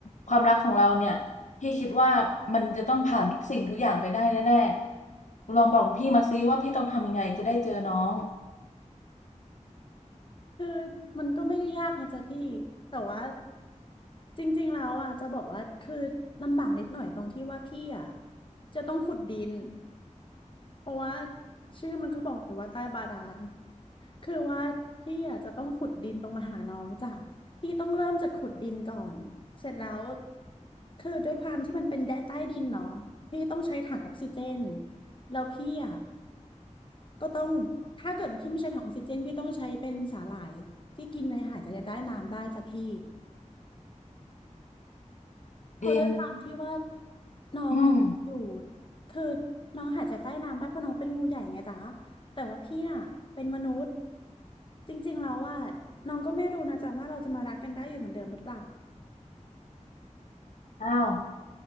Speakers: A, on the left; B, on the left.
A: ความรักของเราเนี่ยพี่คิดว่ามันจะต้องผ่านทุกสิ่งทุกอย่างไปได้แน่ๆลองบอกพี่มาซิว่าพี่ต้องทำยังไงจะได้เจอน้อง
B: คือมันก็ไม่ได้ยากนะจ๊ะพี่แต่ว่าจริงๆแล้วอ่ะจะบอกว่าคือลำบากนิดหน่อยตรงที่ว่าพี่อ่ะจะต้องขุดดิน เพราะว่าชื่อมันก็บอกอยู่ว่าใต้บาดาลคือว่าพี่อาจจะต้องขุดดินลงมาหาน้องจ้ะพี่ต้องเริ่มจากขุดดินก่อนเสร็จแล้วคือด้วยความที่มันเป็นแดนใต้ดินเนาะพี่ต้องใช้ถังออกซิเจนแล้วพี่อ่ะก็ต้องถ้าเกิดพี่ไม่ใช้ถังออกซิเจนพี่ต้องใช้เป็นสาหร่ายที่กินในอาหารจะได้น้ำได้จ้ะพี่ เพราะด้วยความที่ว่า
A: ดิน
B: น้องอ่ะอยู่
A: อืม
B: คือน้องหายใจใต้น้ำได้เพราะน้องเป็นงูใหญ่ไงจ๊ะแต่ว่าพี่น่ะเป็นมนุษย์จริงๆแล้วว่าน้องก็ไม่รู้นะจ๊ะว่าเราจะมารักกันได้อยู่เหมือนเดิมหรือเปล่า
A: อ้าว